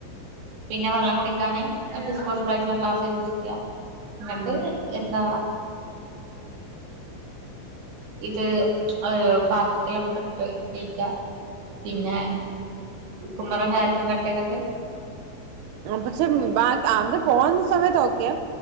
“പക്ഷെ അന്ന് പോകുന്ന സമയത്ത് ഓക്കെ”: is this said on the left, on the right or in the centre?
Right